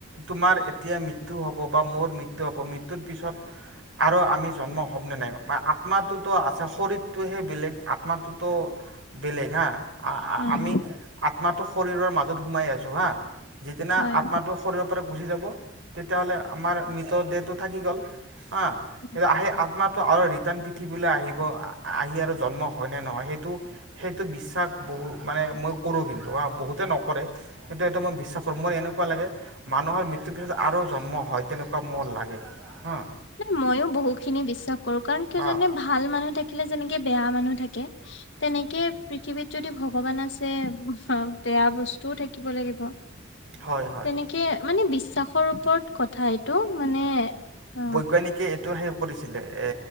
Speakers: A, on the right (about 80°); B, on the left (about 70°).
A: তোমাৰ এতিয়া মৃত্যু হ'ব বা মোৰ মৃত্যু হ'ব মৃত্যুৰ পিছত আৰু আমি জন্ম হ'মনে নাই আত্মাটোতো আছে। শৰত টো হে বেলেগ, আত্মাটোতো বেলেগ হা
B: উম
A: আমি আত্মাটো শৰীৰৰ মাজ ত সোমাই আছো হা, যিদিনা
B: হয়
A: আত্মাটো শৰীৰৰ পৰা গুচি যাব তেতিয়াহ'লে আমাৰ মৃত দেহটো থাকি গ'ল। অ'
B: উম
A: আহ আত্মাতো আৰু ৰিটাৰ্ণ পৃথিবীলৈ আহিব আহি আৰু জন্ম হয় নে নহয় সেইটো সেইটো বিশ্বাস বহু মানে মই কৰোঁ কিন্তু হ বহুতে নকৰে। কিন্তু সেইটো মই বিশ্বাস কৰো মোৰ এনেকুৱা লাগে মানুহৰ মৃত্যুৰ পিছত আৰু জন্ম হয় তেনেকুৱা মোৰ লাগে। হা'।
B: ন ময়ো বহুত খিনি বিশ্বাস কৰো কাৰণ কিয় জনেনে
A: অঁ
B: ভাল মানুহ থাকিলে যেনেকে-া বেয়া মানুহ থাকে। তেনেকে পৃথিৱীত যদি ভগৱান আছে বেয়া বস্তু তো থাকিব লাগিব।
A: হয় হয়
B: তেনেকে মানে বিশ্বাসৰ ওপৰত কথা এইটো। মানে অ
A: বৈজ্ঞানিকে এইটো হে কৰিছিলে এ